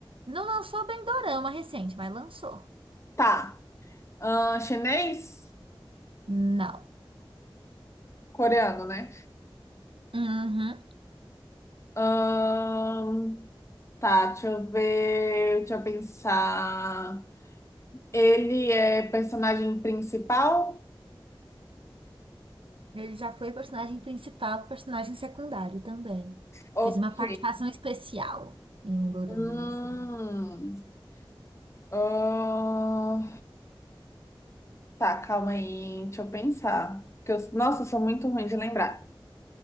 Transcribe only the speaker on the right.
Não lançou bem dorama recente, mas lançou.
Não.
Uhum.
Ele já foi personagem principal, personagem secundário também.
Fez uma participação especial em um dorama,
vamos dizer.